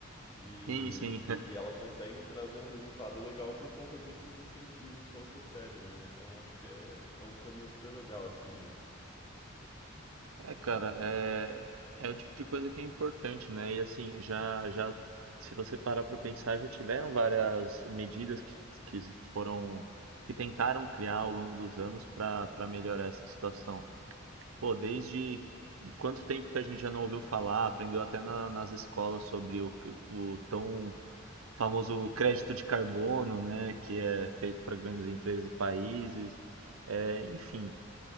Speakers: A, on the left (about 20°); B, on the right (about 85°).
A: E,
B: sim, sim.
A: e elas conseguem trazer um resultado legal por conta desses incentivos que elas recebem, né? Então acho que é, é um caminho super legal a seguir.
B: É, cara, é, é o tipo de coisa que é importante, né? E assim, já, já, se você parar para pensar, já tiveram várias medidas que, que se foram, que tentaram criar ao longo dos anos para para melhorar essa situação. Pô, desde quanto tempo que a gente já não ouviu falar, aprendeu até na- nas escolas sobre o, o tão famoso crédito de carbono, né? Que é feito para grandes empresas e países. É, enfim.